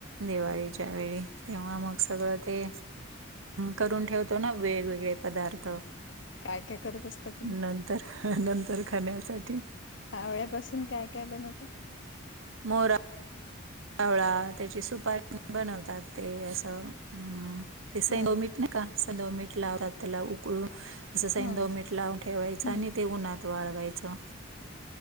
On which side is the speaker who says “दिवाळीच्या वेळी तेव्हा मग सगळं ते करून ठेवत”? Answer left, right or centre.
Right